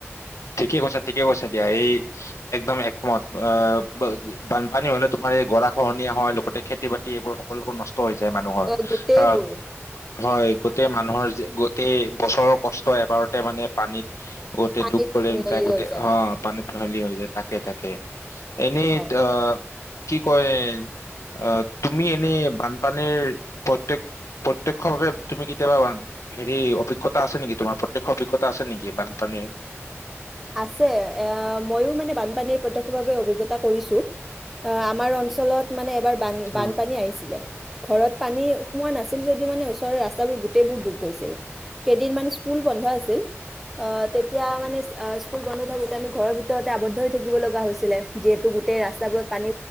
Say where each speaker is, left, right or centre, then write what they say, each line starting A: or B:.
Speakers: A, on the left; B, in the centre.
A: ঠিকে কৈছে ঠিকে কৈছে দিয়া এই একদম একমত অ বানপানী হলে তোমাৰ এই গৰা খহনীয়া হয় লগতে খেতি বাতি এইবোৰ সকলোবোৰ নষ্ট হৈ যায় মানুহৰ,
B: আহ, গোটেইবোৰ
A: আহ হয়। গোটেই মানুহৰ যে, গোটেই বছৰৰ কষ্ট এবাৰতে মানে পানীত গোটেই
B: পানীত
A: তো <unintelligible>
B: মিহলি হৈ যায়
A: মিহলি হৈ যায় তাকে তাকে। কে, এনে
B: হয়
A: তা কি কয়, আহ তুমি এনে বানপানীৰ প্ৰত্যেক প্ৰত্যক্ষ ভাৱে তুমি কেতিয়া বান হেৰি অভিজ্ঞতা আছে নেকি তোমাৰ প্ৰত্যেক অভিজ্ঞতা আছে নেকি বানপানীৰ?
B: আছে, এ ময়ো মানে বানপানীৰ প্ৰত্যক্ষভাৱ অভিজ্ঞতা কৰিছো, আমাৰ অঞ্চলত মানে এবাৰ বান বানপানী
A: অ'।
B: আহিছিলে। ঘৰত পানী সোমোৱা নাছিল, যদিও মানে ওচৰৰ ৰাস্তাবোৰ গোটেইবোৰ ডুব গৈছিল, কেইদিন মান স্কুল বন্ধ আছিল তেতিয়া মানে অ, স্কুল বন্ধ থাকোঁতে আমি ঘৰৰ ভিতৰতে আৱদ্ধ হৈ থাকিব লগা হৈছিলে, যিহেতু গোটেই ৰাস্তাবোৰত পানী